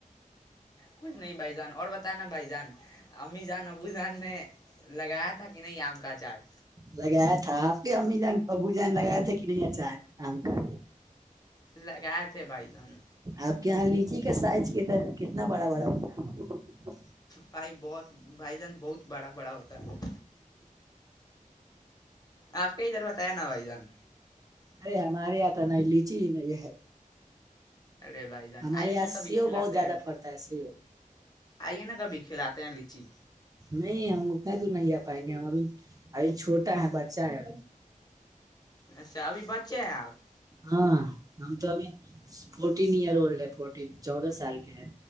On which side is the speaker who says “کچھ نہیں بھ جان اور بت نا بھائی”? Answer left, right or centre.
Left